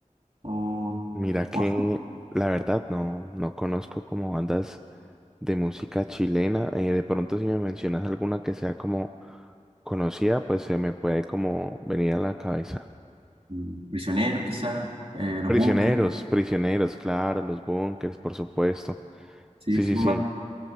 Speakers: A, on the right (about 45°); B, in the centre.
A: o,
B: Mira que
A: o así,
B: la verdad no, no conozco como bandas de música chilena. eh, de pronto si me mencionas alguna que sea como conocida, pues se me puede como venir a la cabeza.
A: mm, Prisioneros quizás, eh, Los
B: Prisioneros,
A: Bunkers,
B: prisioneros, claro, los bunkers, por supuesto.
A: sí,
B: Sí,
A: son
B: sí, sí,
A: bandas.